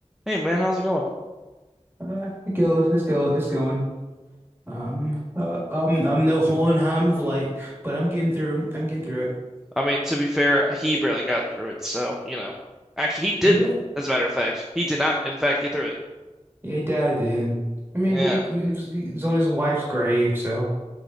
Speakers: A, in the centre; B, on the right.
A: Hey man, how's it going?
B: Uh, it goes, it's go, it's going. Um, uh, um, I'm no Hohenheim of light, but I'm getting through. I'm getting through it.
A: I mean, to be fair, he barely got through it, so, you know. Actually, he didn't,
B: I'm doing.
A: as a matter of fact. He did not, in fact, get through it.
B: Yeah, he died at the end. I mean,
A: Yeah.
B: but he, he was, he was on his wife's grave, so.